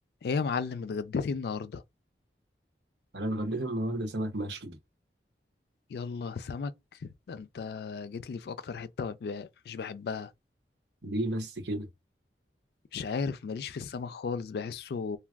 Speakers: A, on the left; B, on the right.
A: ايه يا معلم اتغديتي النهارده
B: انا اتغديت النهارده سمك مشوي
A: يلا سمك ده انت جيت لي في اكتر حته ما ب- مش بحبها
B: ليه بس كده
A: مش عارف ماليش في السمك خالص بحسه